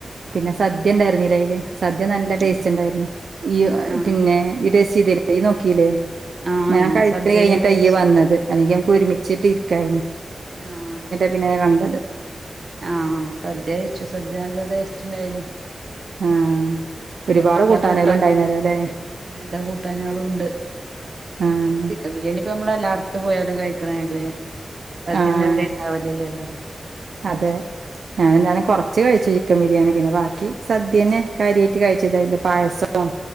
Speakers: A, on the right (about 85°); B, on the right (about 55°).
A: പിന്നെ
B: ഉം
A: സദ്യ ണ്ടായിരുന്നില്ലെ അയ്ല്. സദ്യ നല്ല ടേസ്റ്റ്
B: ഉം
A: ണ്ടായിരുന്നു. ഇയ്
B: ആഹ്
A: പിന്നെ ഇയ്യ് ടേസ്റ്റെയ്തിലേ? യ് നോക്കില്ലേ.
B: ആഹ്
A: ഞാൻ കഴിക്കൽ
B: സദ്യന്നെ
A: കഴിഞ്ഞിട്ടാ
B: കഴിച്ചേ
A: ഇയ്യ് വന്നത് അല്ലെങ്കി നമക്ക് ഒരുമിച്ചിട്ട് ഇരിക്കായിനു.
B: ആഹ്
A: പിന്നെ കണ്ടത്
B: ആഹ് സദ്യ കഴിച്ചു. സദ്യ നല്ല ടേസ്റ്റ്ണ്ടായിന്നു.
A: ആഹ് ഒരുപാട്
B: നല്ല എല്ലാ
A: കൂട്ടാനുകൾ
B: കൂട്ടാനും
A: ഉണ്ടായിരുന്നല്ലോ അല്ലേ
B: ഉം എല്ലാ കൂട്ടാനേളും ണ്ട്.
A: ആഹ്
B: ചിക്കൻ ബിരിയാണി പ്പ നമ്മള് എല്ലാട്ത്ത്‌ പോയാലും കഴിക്ണതല്ലേ. സദ്യ
A: ആഹ്
B: ഒന്നും എവിടിം ഇണ്ടാവല് ല്ലല്ലോ.
A: അതെ ഞാന് ഞാന് കൊറ്ച്ച് കഴിച്ചു ചിക്കൻ ബിരിയാണി പിന്നെ ബാക്കി സദ്യ തന്നെ കാര്യായ്ട്ട് കഴിച്ചത്. അയ്ലെ പായസം